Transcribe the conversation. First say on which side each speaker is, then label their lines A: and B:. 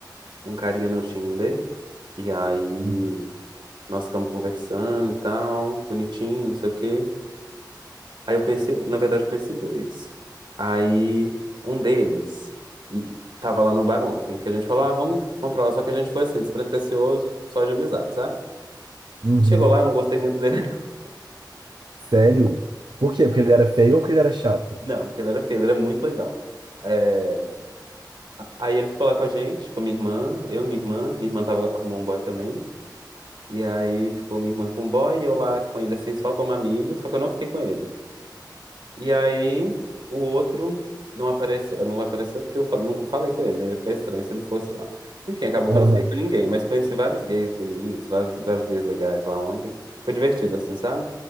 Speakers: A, on the right (about 85°); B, on the right (about 70°).
A: um carinha no Tinder, e aí
B: Uhum.
A: nós ficamos conversando e tal, bonitinho, não sei o quê. Aí eu conheci, na verdade, eu conheci dois. Aí um deles e tava lá no bar ontem, que a gente falou, ah, vamos encontrar lá. Só que a gente foi assim, despretensioso, só de amizade, sabe?
B: Uhum.
A: E chegou lá, eu não gostei muito dele. <laughs>
B: Sério? Por quê? Porque ele era feio ou porque ele era chato?
A: Não, porque ele era feio, ele era muito legal. É, Aí ele ficou lá com a gente, com minha irmã, eu, minha irmã, minha irmã tava, arrumou um boy também. E aí ficou minha irmã com o boy e eu lá com ele, assim, só como amigo, só que eu não fiquei com ele. E aí o outro não apareceu, não apareceu porque eu fal- nunca falei com ele, né? Ia ficar estranho se ele fosse lá. Enfim, acabou
B: Aham.
A: que eu não fiquei com ninguém, mas conheci vários gays bonitos, vários, vários gays legais lá ontem. Foi divertido, assim, sabe?